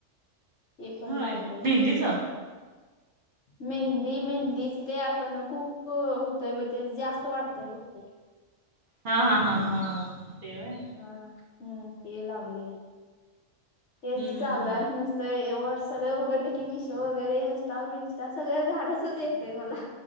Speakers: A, on the left; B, on the right.
A: ते पण
B: होय
A: लावले
B: मी मेहदीच
A: मेहंदी मेहंदीच ते आपण खूप होतय ते जास्त वाढतय बघते
B: हा हा हा हा हा तेवय
A: हा हम्म ते लावले तेच
B: हम्म
A: चालू आहे नुसतं तर व्हॉट्सअपला उघडले की मिशो वगैरे इंस्टा फ इंस्टा सगळ्या झाडच येते मला